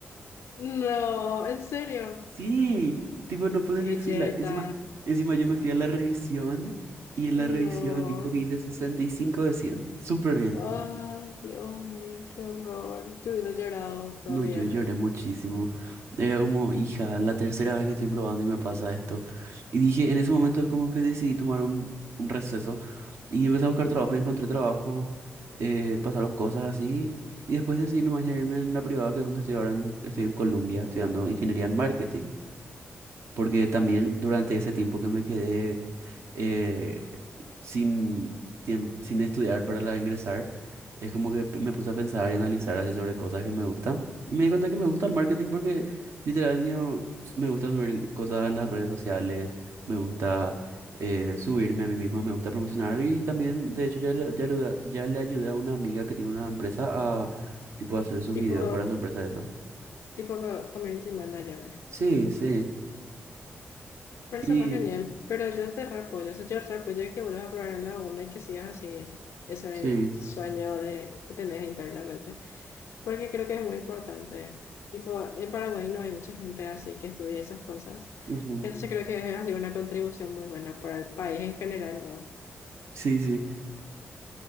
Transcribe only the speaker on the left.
No, en serio.
Qué
jeta.
No.
Ay, Dios mío, qué horror. Yo hubiese llorado toda
mi
vida
por ahí.
Tipo,
tipo co- community manager.
Parece
re genial, pero yo te re o sea, yo re apoyo que vuelvas a probar en la una y que sigas así ese
sueño de, que tenés internamente, porque creo que es muy importante. Tipo, en Paraguay no hay mucha gente así que estudia esas cosas,
entonces creo que es así una contribución muy buena para el país en general luego.